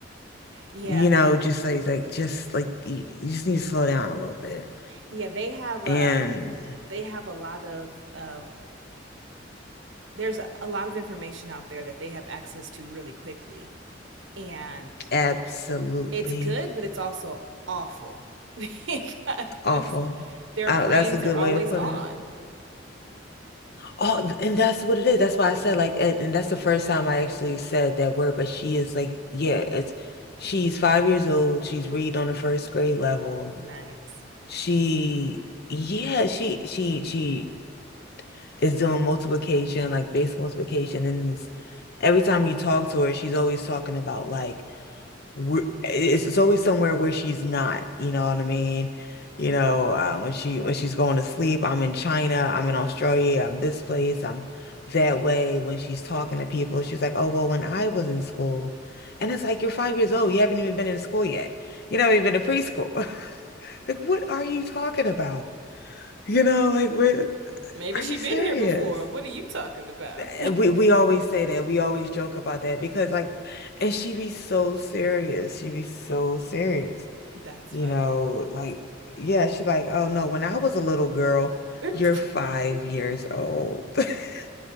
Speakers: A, on the right (about 75°); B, on the left (about 55°).
A: Yeah,
B: you know, just like like just like you, you just need to slow down a little bit.
A: Yeah, they have a
B: And
A: they have a lot of um, there's a, a lot of information out there that they have access to really quickly, and
B: absolutely
A: it's good, but it's also awful <laughs> because
B: awful.
A: their
B: Uh,
A: brains
B: that's a good
A: are always
B: way to put
A: on.
B: it. Oh, and that's what it is. That's why I said like, and, and that's the first time I actually said that word. But she is like, yeah, it's she's five years old. She's read on the first grade level.
A: Nice.
B: She, yeah, she she she is doing multiplication, like basic multiplication, and it's, every time you talk to her, she's always talking about like. where- it's, it's always somewhere where she's not, you know what I mean? You know, uh, when she when she's going to sleep, I'm in China, I'm in Australia, I'm this place, I'm that way. When she's talking to people, she's like, "Oh, well, when I was in school," and it's like you're five years old, you haven't even been in school yet. You know, you've been in preschool. <laughs> Like, what are you talking about? You know, like, what,
A: Maybe
B: are
A: she
B: you
A: been
B: serious?
A: here before. What are you talking about?
B: And We we always say that. We always joke about that because like, and she be so serious. She be so serious
A: <laughs> That's
B: you
A: funny.
B: know, like, yeah, she's like, oh no, when I was a little girl,
A: <laughs> that
B: you're five years old. <laughs>